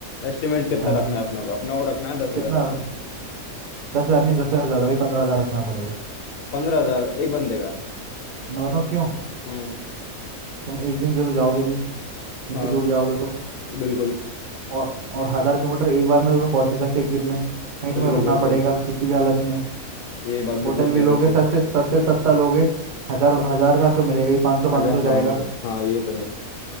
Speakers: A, on the left; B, on the right.
A: एस्टिमेट कितना
B: हाँ
A: रखना है अपना को अपना को रखना है दस
B: कितना
A: हजार रुपये
B: रखना दस हज़ार नहीं दस हज़ार ज़्यादा भाई पंद्रह हज़ार रखना पड़ेगा
A: पंद्रह हजार एक बंदे का
B: मैं बताऊँ क्यों
A: हम्म
B: तुम एक दिन के लिए तो जाओगे नहीं इतनी
A: हाँ
B: दूर जाओगे तो
A: बिल्कुल
B: और और हज़ार किलोमीटर एक बार में तो तुम पहुँच नहीं सकते एक दिन में कहीं तुम्हें
A: बिल्कुल
B: रुकना
A: बिल्कुल
B: पड़ेगा किसी भी हालत में
A: ये बात
B: होटल
A: भी ठीक कह
B: भी लोगे
A: रहे हो तुम
B: सस्ते सस्ते सस्ता लोगे हज़ार हज़ार का तो मिलेगा ही पाँच सौ
A: अच्छा
B: पाँच सौ जाएगा
A: हाँ हाँ ये तो है